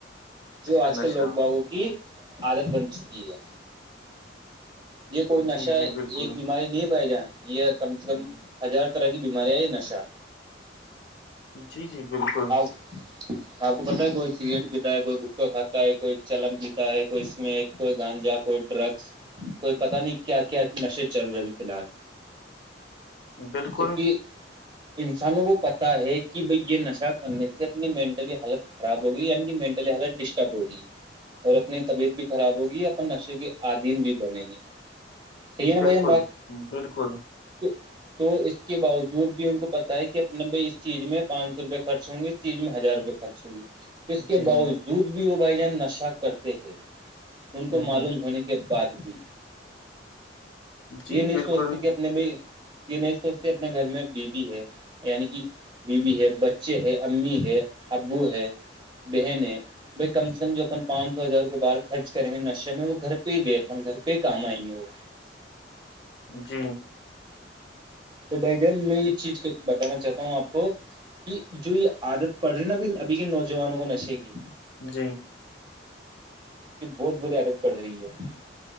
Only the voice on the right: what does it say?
جو
آج
کل لوگ باغوں کی کی عادت بن چکی ہے یہ کوئی نشہ
ایک بیماری نہیں بہ جانا یہ کم سے کم ہزار طرح کی بیمارییاں ہے یہ نشہ
آب آپ کو پت ہے کوئی سگریٹ پیتا ہے کوئی گٹکا کھا ہے کوئی چلن پیتا ہے کوئی اس میں ایک کوئی گانجا کوئی ڈرگس کوئی پتا نہیں کیا کیا نشے چل رہے ہیں فی الحال
کتلی انسانوں کو پتاہ ہے کہ بھائی یہ نشہ کرنے سے اپنی مینٹلی ہیلتھ خراب ہوگئی کی مینٹلی ہیلتھ ڈسٹرب ہوگی اور اپنی طبیعت بھی خراب ہوگی اپن نشے کے عدیم بھی بنےیں گے صحی ہے نا
بھائی جان بات
تو تو اس کے باوجود بھی ان کو پت ہے کہ اپنا بھائی اس چیز میں پانچ سو روپے خرچ ہوں گے اس چیز ہزار روپے خرچ صحی اس کے
باوجود
بھی وہ بھائی جان نشہ کرتے ہیں ان کو
معلوم
ہونے کے بعد بھی
یہ نہیں
سوچتی کہ اپنے یہ نہیں سوچتے اپنے گھر میں بیبی ہے یعنی کہ بیوی ہے بچے ہے امی ہے ابو ہے بہنیں بھائی کم سے کم جو اپن پانچ سو ہزار روپئے باہر خرچ کریں گے نشے میں وہ گھر پہ ہی دے گھر پہ ہی کام آئیں گ وہ
تو بھائی جان میں یہ چیز بتانا چاہتا ہوں آپ کو کہ جو یہ عادت پڑ رہی ہے نا ابھی کے نوجوانوں کو نشے کی
یہ بہت بہت عادت پڑ رہی ہے